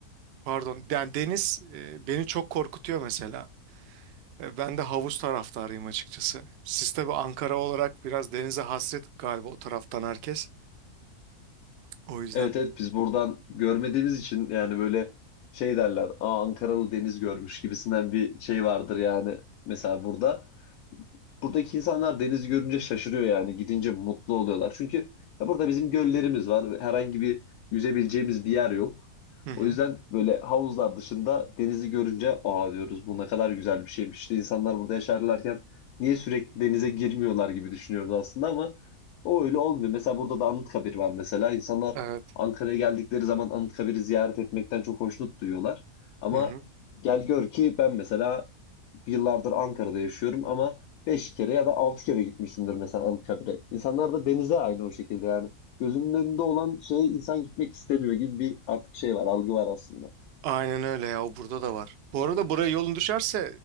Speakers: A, on the right (about 70°); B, on the left (about 75°).
A: Pardon. Yani deniz e, beni çok korkutuyor mesela. E, ben de havuz taraftarıyım açıkçası. Siz tabii Ankara olarak biraz denize hasret galiba o taraftan herkes. O yüzden.
B: Evet evet biz buradan görmediğimiz için yani böyle şey derler. Aa Ankaralı deniz görmüş gibisinden bir şey vardır yani mesela burada buradaki insanlar denizi görünce şaşırıyor yani. Gidince mutlu oluyorlar. Çünkü ya burada bizim göllerimiz var. ve Herhangi bir yüzebileceğimiz bir yer yok.
A: Hı hı.
B: O yüzden böyle havuzlar dışında denizi görünce aa diyoruz bu ne kadar güzel bir şeymiş. İşte insanlar burada yaşarlarken niye sürekli denize girmiyorlar gibi düşünüyoruz aslında ama o öyle olmuyor. Mesela burada da Anıtkabir var mesela. İnsanlar
A: Evet.
B: Ankara'ya geldikleri zaman Anıtkabir'i ziyaret etmekten çok hoşnut duyuyorlar. Ama
A: Hı hı.
B: gel gör ki ben mesela bir yıllardır Ankara'da yaşıyorum ama 5 kere ya da 6 kere gitmişsindir mesela Anıtkabir'e. İnsanlar da denize aynı o şekilde yani. Gözünün önünde olan şeye insan gitmek istemiyor gibi bir artık şey var, algı var aslında.
A: Aynen öyle ya. O burada da var. Bu arada buraya yolun düşerse